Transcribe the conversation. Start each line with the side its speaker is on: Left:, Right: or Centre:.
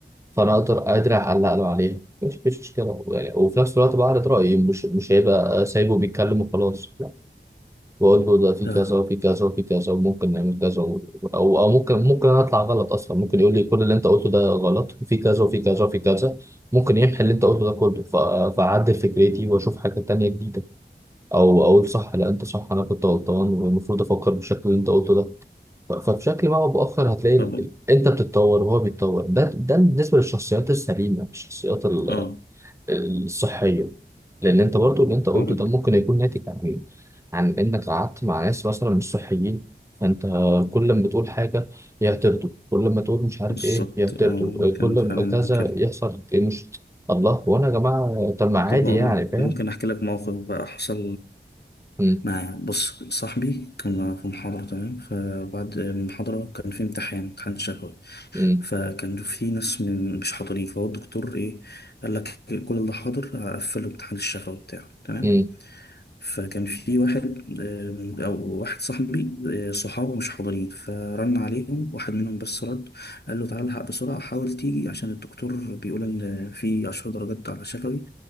Right: فانا اقدر قادر اعلق له عليها مش مش مشكله يعني وفي نفس الوقت بعرض رايي مش مش هيبقى سايبه بيتكلم وخلاص لا بقول له ده في
Left: ده
Right: كذا وفي كذا وفي كذا وممكن نعمل كذا و- او او ممكن ممكن انا اطلع غلط اصلا ممكن يقول لي كل اللي انت قلته ده غلط وفي كذا وفي كذا وفي كذا ممكن يمحي اللي انت قلته ده كله ف- فاعدل فكرتي واشوف حاجه تانية جديده او اقول صح لا انت صح انا كنت غلطان والمفروض افكر بالشكل اللي انت قلته ده ف- فبشكل ما او باخر هتلاقي
Left: طب
Right: ال- ال- انت بتتطور وهو بيتطور ده ده بالنسبه للشخصيات السليمه الشخصيات ال-
Left: اه
Right: الصحيه لان انت برضو اللي انت قلته
Left: فاهم.
Right: ده ممكن يكون ناتج عن عن انك قعدت مع ناس مثلا مش صحيين فانت كل ما تقول حاجه يعترضوا كل ما تقول مش عارف
Left: بالظبط
Right: ايه يعترضوا
Left: اه كان
Right: كل
Left: فعلا
Right: ما كذا
Left: يكون كده
Right: يحصل إيه مش الله وانا يا جماعه طب ما عادي
Left: طب أقول-
Right: يعني فاهم
Left: ممكن احكي لك موقف بقى حصل
Right: مم.
Left: مع بص صاحبي كنا في محاضرة تمام فبعد المحاضرة كان في امتحان امتحان شفوي
Right: مم.
Left: فكان في ناس من مش حاضرين فهو الدكتور ايه قال لك كل اللي حاضر هقفل الامتحان الشفوي بتاعه تمام
Right: مم.
Left: فكان في واحد آه، من- او واحد صاحبي آه، صحابه مش حاضرين فرن عليهم واحد منهم بس رد قال له تعالى الحق بسرعه حاول تيجي عشان الدكتور بيقول ان في 10 درجات على شفوي